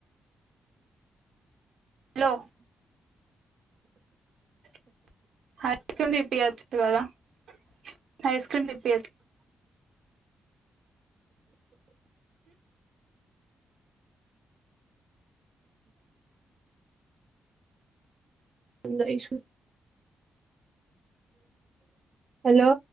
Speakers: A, on the right (about 65°); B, on the right (about 35°).
A: లో <unintelligible> ఐస్ క్రీమ్ ఇప్పియ
B: పుల్ల ఐసు హలో